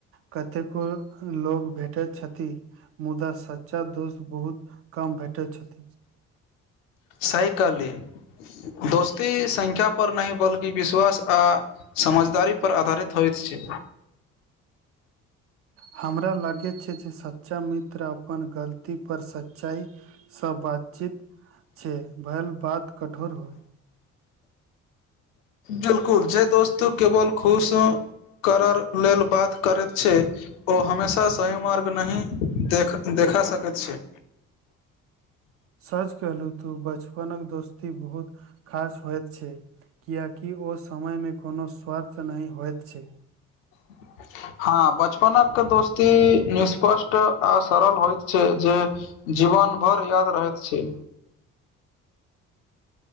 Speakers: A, on the right; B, on the left.
A: कतेको लोग भेटैत छथि मुदा सच्चा दोस्त बहुत कम भेटैत छथि
B: सही कहली दोस्ती संख्या पर नहि बल्कि विश्वास आ समझदारी पर आधारित होइत छै
A: हमरा लगैत छै जे सच्चा मित्र अपन गलतीपर सच्चाइ सब बातचीत छै भेल बात कठोर होइ
B: बिल्कुल जे दोस्तो केवल खुश करर लेल बात करैत छै ओ हमेशा सही मार्ग नहि देख देखा सकैत छै
A: सच कहलु तू बचपनक दोस्ती बहुत खास होयत छै कियेकि ओ समयमे कोनो स्वार्थ नहि होइत छै
B: <inaudible> हँ बचपनक दोस्ती निष्पष्ट आ सरल होयत छै जे जीवन भर याद रहैत छै